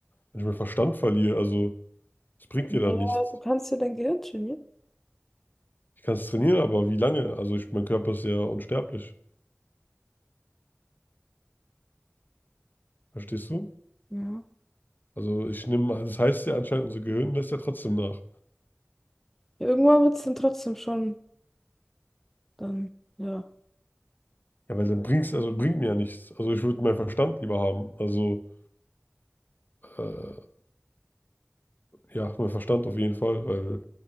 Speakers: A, on the left; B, in the centre.
A: wenn ich meinen Verstand verliere, also es bringt
B: Naja,
A: dir dann nichts.
B: du kannst ja dein Gehirn trainieren.
A: Ich kann es trainieren, aber wie lange? Also ich, mein Körper ist ja unsterblich. Verstehst du?
B: Ja.
A: Also ich nehme, das heißt ja anscheinend, unser Gehirn lässt ja trotzdem nach.
B: Ja, Irgendwann wird es dann trotzdem schon, dann, ja.
A: Ja, weil dann bringt's, also bringt mir ja nichts. Also ich würde meinen Verstand lieber haben. Also äh, ja, meinen Verstand auf jeden Fall, weil